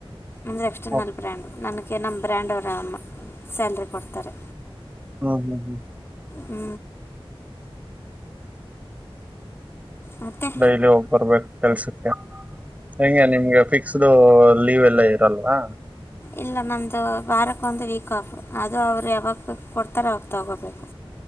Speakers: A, on the left (about 25°); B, on the right (about 15°).
A: ಅಂದರೆ ಎಕ್ಸ್ಟರ್ನಲ್
B: ಹ್ಮ್
A: ಬ್ರ್ಯಾಂಡು ನನಗೆ ನಮ್ಮ ಬ್ರ್ಯಾಂಡ್ ಅವರು ಸ್ಯಾಲ್ರಿ ಕೊಡ್ತಾರೆ
B: ಹ್ಮ್ ಹ್ಮ್ ಹ್ಮ್
A: ಹ್ಞೂ ಮತ್ತು
B: ಡೈಲಿ ಹೋಗ್ ಬರ್ಬೇಕು ಕೆಲ್ಸಕ್ಕೆ ಹೆಗೆ ನಿಮ್ಗೆ ಫಿಕ್ಸ್ಡ್ ಲೀವ್ ಎಲ್ಲ ಇರಲ್ವಾ
A: ಇಲ್ಲ ನಮ್ದು ವಾರಕ್ ಒಂದು ವೀಕ್ ಆಫ್ ಅದು ಅವ್ರು ಯಾವಕ್ ಕೊಡ್ತಾರ ಅವಾಗ ತಗೋಬೇಕು